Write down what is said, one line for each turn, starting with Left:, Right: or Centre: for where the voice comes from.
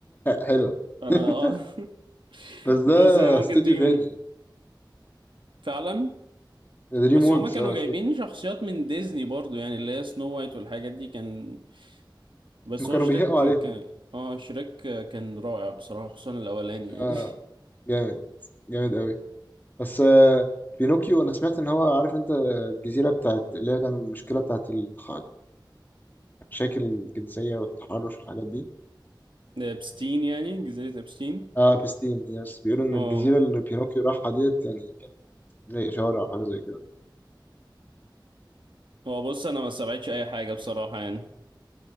Left: حلو
Right: <laughs> انا
Left: <laughs>
Right: اه <laughs>
Left: بس
Right: بس
Left: ده
Right: هي ممكن
Left: استوديو
Right: تيجي
Left: تاني
Right: من فعلا
Left: يعني دريم
Right: بس
Left: ووركس
Right: هما كانوا
Left: اه
Right: جايبين
Left: شركة
Right: شخصيات من ديزني برضو يعني اللي هي سنو وايت والحاجات دي كان بس
Left: هم كانوا
Right: هو شريك
Left: بيهقوا
Right: كان
Left: عليهم
Right: اه شريك كان رائع بصراحة خصوصا الاولاني
Left: اه
Right: يعني
Left: جامد جامد قوي بس آه، بينوكيو انا سمعت ان هو عارف انت الجزيره بتاعت اللي هي كان المشكله بتاعت التخ... المشاكل الجنسيه والتحرش والحاجات دي
Right: <laughs> ده ابستين يعني جزيرة ابستين
Left: اه بستين يس بيقولوا ان
Right: اه
Left: الجزيره اللي بينوكيو راحها ديت يعني كانت زي شوارع او حاجه زي كده
Right: هو بص انا ما استبعدش اي حاجة بصراحة يعني